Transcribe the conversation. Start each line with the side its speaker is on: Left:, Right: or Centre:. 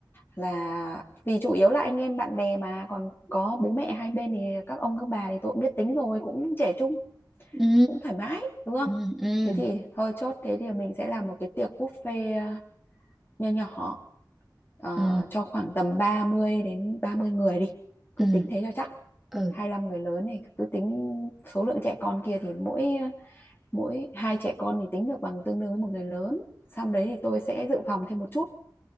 Left: là vì chủ yếu là anh em bạn bè mà còn có bố mẹ hai bên thì các ông các bà thì tôi cũng biết tính rồi cũng trẻ trung
Centre: ừ
Left: cũng thoải mái đúng không
Centre: ừ ừ
Left: thế thì thôi chốt thế thì mình sẽ làm một cái tiệc buffet ờ, nho nhỏ ờ,
Centre: ừ
Left: cho khoảng tầm 30 đến 30 người đi cứ
Centre: ừ
Left: tính thế cho chắc
Centre: ừ
Left: 25 người lớn này cứ tính số lượng trẻ con kia thì mỗi mỗi hai trẻ con thì tính được bằng tương đương với một người lớn xong đấy thì tôi sẽ dự phòng thêm một chút